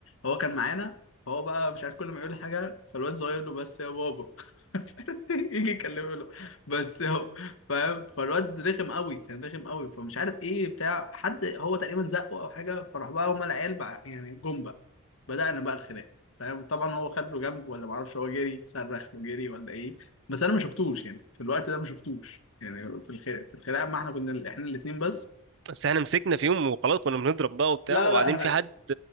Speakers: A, on the left; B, on the right.
A: هو كان معانا فهو بقى مش عارف كل ما يقول حاجه فالواد صغير له بس يا بابا <laughs> مش عارف إيه، يجي يكلمه له بس هو فاهم فالواد رخم قوي كان رخم قوي فمش عارف ايه بتاع حد هو تقريبا زقه او حاجه فراح بقى هما العيال بقى يعني جم بقى بدأنا بقى الخناق فاهم طبعا هو خد له جنب ولا معرفش هو جري صرخ وجري ولا ايه بس انا ما شفتوش يعني في الوقت ده ما شفتوش يعني في الخ... في الخناقه ما احنا كنا ال- احنا الاثنين بس
B: بس احنا مسكنا في يوم وخلاص كنا بنضرب بقى وبتاع
A: لا
B: وبعدين
A: لا احنا
B: في حد